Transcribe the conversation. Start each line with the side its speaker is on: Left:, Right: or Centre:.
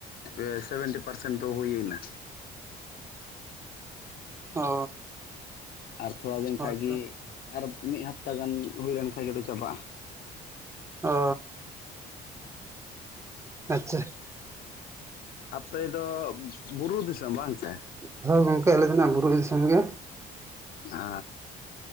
Left: ᱯᱮ ᱥᱮᱵᱷᱮᱱᱴᱤ ᱯᱟᱨᱥᱮᱱᱴ ᱫᱚ ᱦᱩᱭᱮᱱᱟ᱾
Right: ᱚ᱾
Left: ᱟᱨ ᱛᱷᱚᱲᱟ ᱫᱤᱱ
Right: ᱦᱳᱭᱛᱚ
Left: ᱠᱷᱟᱡ ᱜᱮ ᱟᱨ ᱢᱤᱫ ᱦᱟᱯᱛᱟ ᱜᱟᱱ ᱦᱩᱭᱞᱮᱱ ᱠᱷᱟᱡ ᱜᱮ ᱫᱚ ᱪᱟᱵᱟᱜᱼᱟ᱾
Right: ᱚ᱾ ᱟᱪᱪᱷᱟ᱾
Left: ᱟᱯᱮ ᱫᱚ ᱵᱩᱨᱩ ᱫᱤᱥᱚᱢ ᱵᱟᱝ ᱥᱮ?
Right: ᱦᱳᱭ ᱜᱚᱝᱠᱮ ᱟᱞᱮ ᱫᱚ ᱱᱟᱦᱟᱜ ᱵᱩᱨᱩ ᱫᱤᱥᱚᱢ ᱜᱮ᱾
Left: ᱟ᱾